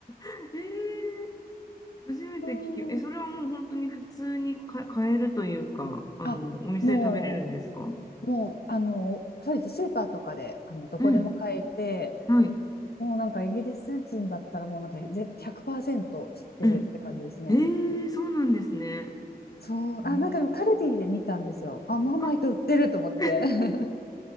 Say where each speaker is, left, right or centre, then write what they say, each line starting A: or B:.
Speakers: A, on the left; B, on the left.
A: ー、初めて聞き、
B: う
A: え、それはもう本当に普通にか買えるというか、
B: ん。
A: あの、
B: あ、
A: お店で食べれるんですか
B: もう。もう、あの、そうですね。スーパーとかで、あの、どこでも買えて、
A: うん。はい。
B: もうなんかイギリス人だったらもうなんかぜ100%知ってるって感じですね。
A: うん。えー、そうなんですね。
B: そう、
A: えー、
B: あ、なんかでもカルディで見たんですよ。あ、マーマイト売ってると思って。
A: あ、<laughs> えーそう
B: <laughs>